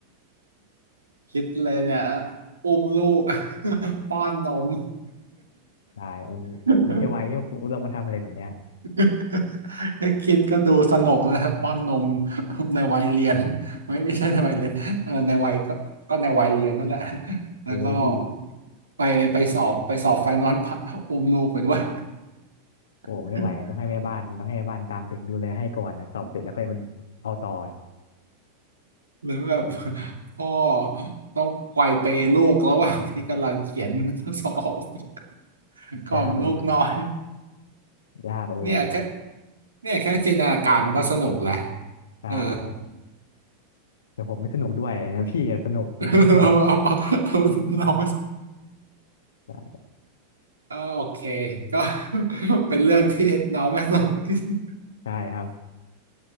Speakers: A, on the right; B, on the left.
A: คิดเลยเนี่ยอุ้มลูก <laughs> ป้อนนม
B: ได้มันไม่ใช่วัยที่ผมเรามาทำอะไรแบบเนี้ย
A: <laughs> <laughs> ไอ้คิดก็ดูสนุกนะครับป้อนนมในวัยเรียน <laughs> ไม่ไม่ใช่ในวัยเรียนเออในวัยก็ก็ในวัยเรียนนั่นแหละ <laughs> แล้วก็
B: เลยพี่
A: ไปไปสอบไปสอบไฟนอล <laughs> ผ่าอุ้มลูกไปด้วย
B: โอ้ไม่ไหวต้องให้แม่บ้านต้องให้แม่บ้านตามตึกดูแลให้ก่อนนะสอบเสร็จแล้วค่อยมันเอาต่อ
A: <laughs> หรือแบบ <laughs> พ่อต้องไกวเปลูกระหว่างที่กำลังเขียน <laughs> ข้อสอบ <laughs> กล่อมลูกน้อย
B: ยากเลยครับยากเลยแบบเนี้ย
A: เนี่ยแค่เนี่ยแค่จินตนาการมันก็สนุกแล้ว
B: ใช่
A: เออ
B: แต่ผมไม่สนุกด้วยนะพี่อะสนุกผมไม่สนุก
A: <laughs> เอาเอาเอาเอาน้อง
B: ใช่
A: ก็โอเคก็ <laughs> เป็นเรื่องที่น้องไม่สนุกที่สุด
B: ใช่ครับ